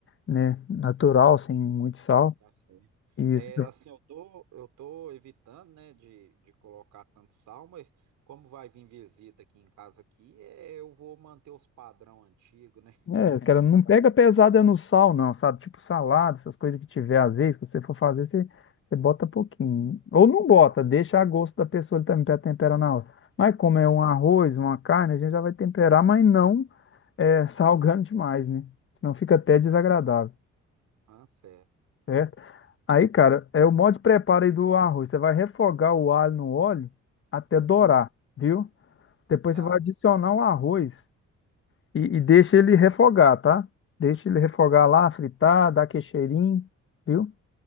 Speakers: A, on the left (about 45°); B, on the right (about 75°).
A: né, natural, sem muito sal.
B: É, tá certo.
A: Isso.
B: É, assim, eu tô, eu tô evitando, né, de, de colocar tanto sal, mas como vai vir visita aqui em casa aqui, é, eu vou manter os padrão antigo, né? <laughs>
A: É, cara, não
B: Tá
A: pega
B: certo.
A: pesada no sal, não, sabe? Tipo salada, essas coisas que tiver às vezes, que você for fazer, você, você bota pouquinho. Ou não bota, deixa a gosto da pessoa ele também para temperar na hora. Mas como é
B: Beleza.
A: um arroz, uma carne, a gente já vai temperar, mas não é, <laughs> salgando demais, né? Senão fica até desagradável.
B: Ah, certo.
A: certo? Aí, cara, é o modo de preparo aí do arroz. Você vai refogar o alho no óleo até dourar,
B: Uhum.
A: viu? Depois
B: Tá,
A: você vai adicionar o arroz e, e deixa ele refogar, tá? Deixa ele refogar lá, fritar, dar aquele cheirinho, viu?